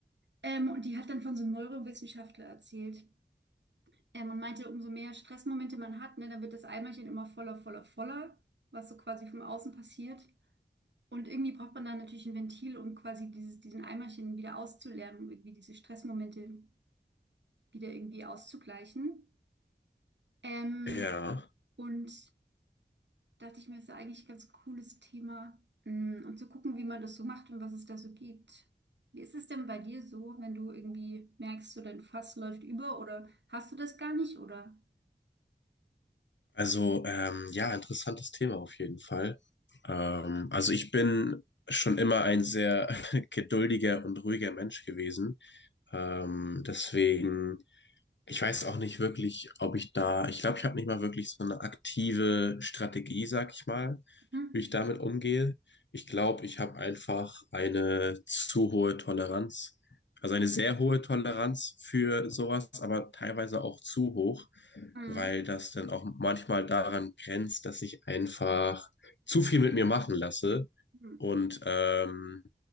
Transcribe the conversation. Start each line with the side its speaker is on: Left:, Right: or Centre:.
Right: Ähm, und die hat dann von so einem Neurowissenschaftler erzählt. Ähm, und meinte, umso mehr Stressmomente man hat, ne, dann wird das Eimerchen immer voller, voller, voller, was so quasi vom Außen passiert. Und irgendwie braucht man dann natürlich ein Ventil, um quasi dieses, diesen Eimerchen wieder auszuleeren, um irgendwie diese Stressmomente wieder irgendwie auszugleichen. Ähm,
Left: Ja,
Right: und dachte ich mir, ist ja eigentlich ein ganz cooles Thema, mm, um zu gucken, wie man das so macht und was es da so gibt. Wie ist es denn bei dir so, wenn du irgendwie merkst, so dein Fass läuft über oder hast du das gar nicht oder?
Left: also ähm, ja, interessantes Thema auf jeden Fall. Ähm, also ich bin schon immer ein sehr <laughs> geduldiger und ruhiger Mensch gewesen. Ähm, deswegen. Ich weiß auch nicht wirklich, ob ich da, ich glaube, ich habe nicht mal wirklich so eine aktive Strategie, sag ich mal,
Right: Hm?
Left: wie ich damit umgehe. Ich glaube, ich habe einfach eine zu hohe Toleranz, also eine sehr hohe Toleranz für sowas, aber teilweise auch zu hoch,
Right: Mhm.
Left: weil das dann auch manchmal daran grenzt, dass ich einfach zu viel mit mir machen lasse
Right: Mhm.
Left: und ähm,